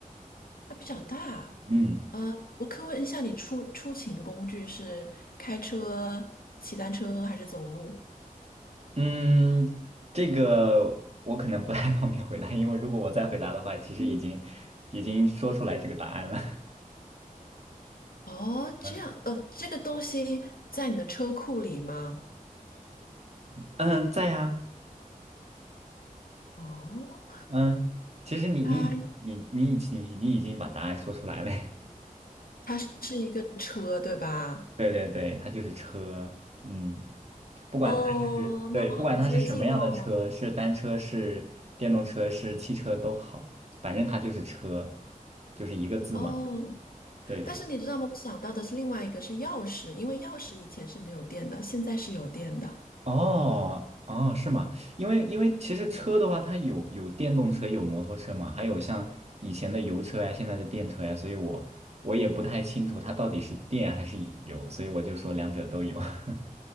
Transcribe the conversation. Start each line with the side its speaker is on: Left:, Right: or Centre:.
Left: 它比较大。
Right: 嗯
Left: 呃，我可以问一下，你出出勤工具是开车、骑单车还是走路？
Right: 嗯，这个我可能不太方便回答，因为如果我再回答的话，其实已经已经说出来这个答案了。<laughs>
Left: 哦，这样，
Right: 嗯
Left: 呃，这个东西在你的车库里吗？
Right: 嗯，在呀、
Left: 哦，
Right: 嗯，其实你你你你已经你你已经把答案说出来了，
Left: 它它是一个车，对吧？
Right: <laughs> 对对对，它就是车，嗯，不管
Left: 哦，
Right: 对不管它是什么样的车，
Left: 那我好接近哦。
Right: 是单车是电动车是汽车都好，反正它就是车，就是一个字嘛，
Left: 哦，
Right: 对对对，
Left: 但是你知道吗？我想到的是另外一个是钥匙，因为钥匙以前是没有电的，现在是有电的。
Right: 哦哦是吗？因为因为其实车的话，它有有电动车有摩托车嘛，还有像以前的油车呀，现在的电车呀，所以我我也不太清楚它到底是电还是油，所以我就说两者都有。<laughs>